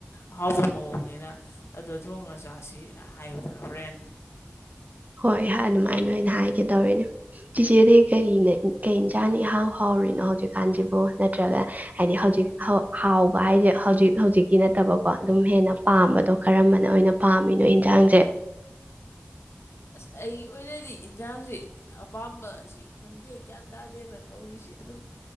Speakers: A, on the left; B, on the right.
A: ꯑꯍꯥꯎꯕ ꯃꯑꯣꯡꯅꯤꯅ ꯑꯗꯨ ꯊꯣꯡ ꯃꯆꯥꯁꯤꯅ ꯍꯥꯏꯌꯨꯗꯥꯅ ꯍꯧꯔꯦꯟ
B: ꯍꯣꯏ ꯑꯗꯨꯃꯥꯏꯅ ꯑꯣꯏꯅ ꯍꯥꯏꯒꯗꯧꯔꯤꯅꯦ ꯆꯤꯆꯦꯗꯤ ꯀꯩꯅ ꯀꯩ ꯏꯟꯁꯥꯡꯅ ꯏꯍꯥꯎ ꯍꯥꯎꯔꯤꯅꯣ ꯍꯧꯖꯤꯛꯀꯥꯟꯁꯤꯕꯨ ꯅꯠꯇ꯭ꯔꯒ ꯍꯥꯏꯗꯤ ꯍꯧꯖꯤꯛ ꯍꯥꯎꯕ ꯍꯥꯏꯁꯦ ꯍꯧꯖꯤꯛ ꯍꯧꯖꯤꯛꯀꯤ ꯅꯠꯇꯕꯀꯣ ꯑꯗꯨꯝ ꯍꯦꯟꯅ ꯄꯥꯝꯕꯗꯣ ꯀꯔꯝꯕꯅ ꯑꯣꯏꯅ ꯄꯥꯝꯃꯤꯅꯣ ꯏꯟꯁꯥꯡꯁꯦ
A: ꯑꯁ ꯑꯩꯒꯤ ꯑꯣꯏꯅꯗꯤ ꯏꯟꯖꯥꯡꯁꯤ ꯑꯄꯥꯝꯕ ꯑꯁꯤ ꯈꯪꯗꯦ ꯒ꯭ꯌꯥꯟ ꯇꯥꯗꯦꯅ ꯇꯧꯔꯤꯁꯤ ꯑꯗꯨꯝ